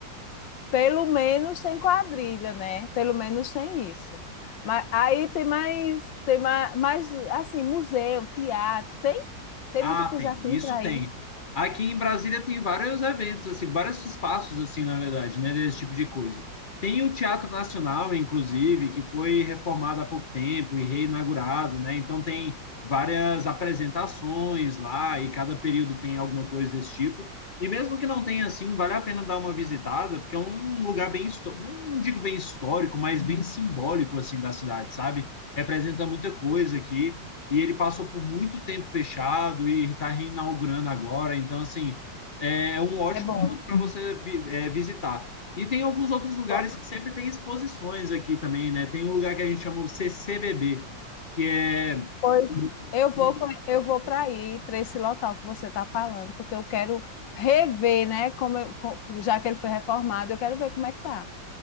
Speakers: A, on the left; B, on the left.
A: Pelo menos tem quadrilha, né? Pelo menos tem isso. Mas aí tem mais, tem mais, mais assim, museu, teatro, tem, tem
B: Ah,
A: muita coisa
B: tem,
A: assim
B: isso
A: para
B: tem.
A: ir.
B: Aqui em Brasília tem vários eventos, assim, vários espaços, assim, na verdade, né, desse tipo de coisa. Tem o Teatro Nacional, inclusive, que foi reformado há pouco tempo e reinaugurado, né? Então tem várias apresentações lá e cada período tem alguma coisa desse tipo. E mesmo que não tenha assim, vale a pena dar uma visitada, porque é um lugar bem, histó- não digo bem histórico, mas bem simbólico assim da cidade, sabe? Representa muita coisa aqui e ele passou por muito tempo fechado e está reinaugurando agora. Então, assim, é é um ótimo
A: É bom.
B: ponto para você é, visitar. E tem alguns outros lugares
A: Pronto.
B: que sempre tem exposições aqui também, né? Tem um lugar que a gente chama o CCBB, que é
A: Pois eu
B: um
A: vou, co- eu vou para aí, para esse local que você está falando, porque eu quero rever, né? Como eu- co- já que ele foi reformado, eu quero ver como é que tá.